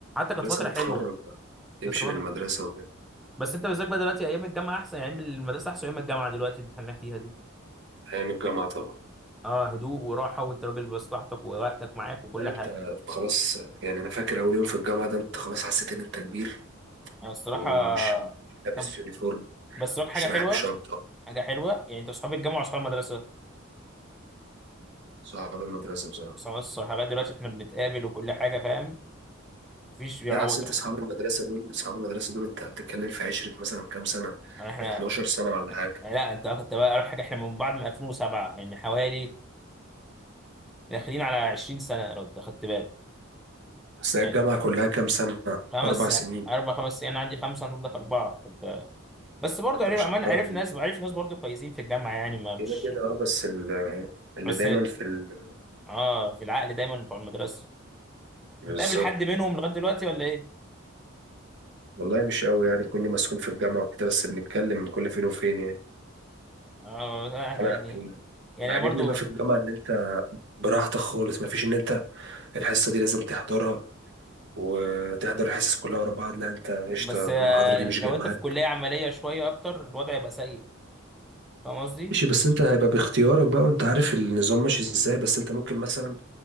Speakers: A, in the centre; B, on the right (about 55°).
A: كانت
B: خلاص
A: فتره
B: هتتخرج
A: حلوه
B: بقى تمشي
A: لسه كانت
B: من المدرسة
A: فتره
B: وكده
A: بس انت بالذات بقى دلوقتي ايام الجامعه احسن يعني ايام المدرسه احسن ايام الجامعه دلوقتي اللي احنا فيها دي
B: أيام الجامعة طبعا
A: اه هدوء وراحه وانت راجل بمصلحتك ووقتك معاك وكل
B: لا انت
A: حاجه
B: خلاص يعني انا فاكر اول يوم في الجامعه ده انت خلاص حسيت ان انت كبير
A: انا الصراحه
B: ومش مش لابس
A: طب
B: يونيفورم
A: بس لك حاجه
B: مش
A: حلوه
B: رايح بشنطه
A: حاجه حلوه يعني انت اصحاب الجامعه واصحاب المدرسه
B: صحاب المدرسه بصراحه
A: بس بس لغايه دلوقتي احنا بنتقابل وكل حاجه فاهم مفيش بيعوض
B: لا اصل انت
A: اهو
B: اصحاب المدرسه دول اصحاب المدرسه دول انت هتتكلم في عشرة مثلا كام سنه
A: يعني احنا
B: 12 سنه ولا حاجه
A: يعني لا انت كنت بقى اقرب حاجه احنا من بعض من 2007 يعني حوالي داخلين على 20 سنه لو انت خدت بالك
B: بس هي
A: يعني
B: الجامعه كلها كام سنه
A: خمس
B: اربع
A: سنين
B: سنين
A: اربع خمس سنين انا عندي خمسه انت عندك اربعه فانت بس برضه
B: انت
A: عرف
B: مش
A: عمال
B: هتقرر
A: عرف ناس عرف ناس برضه كويسين في الجامعه يعني ما مش
B: كده كده اه بس ال- اللي
A: بس
B: دايما في ال...
A: اه في العقل دايما بتوع المدرسه
B: بالظبط
A: بتقابل حد منهم لغاية دلوقتي ولا ايه؟
B: والله مش قوي يعني كوني مسؤول في الجامعه وكده بس بنتكلم كل فين وفين يعني
A: اه يعني
B: انا
A: يعني
B: اللي عاجبني
A: انا برضو
B: بقى في الجامعة إن أنت براحتك خالص مفيش ان انت الحصه دي لازم تحضرها وتحضر الحصص كلها ورا بعض لا انت قشطه
A: بس آه،
B: المحاضره دي مش
A: لو
B: جايه
A: انت
B: معاك
A: في كلية عملية شوية اكتر الوضع يبقى سيء فاهم قصدي؟
B: ماشي بس انت هيبقى باختيارك بقى وانت عارف النظام ماشي ازاي بس انت ممكن مثلا